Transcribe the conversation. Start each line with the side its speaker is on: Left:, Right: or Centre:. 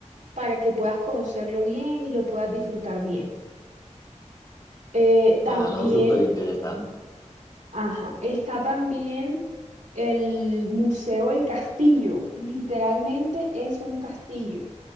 Right: para que puedas conocerlo bien y lo puedas disfrutar bien. Eh,
Left: Nada,
Right: también,
Left: no, súper interesante.
Right: ajá, está también el Museo del Castillo. Literalmente es un castillo.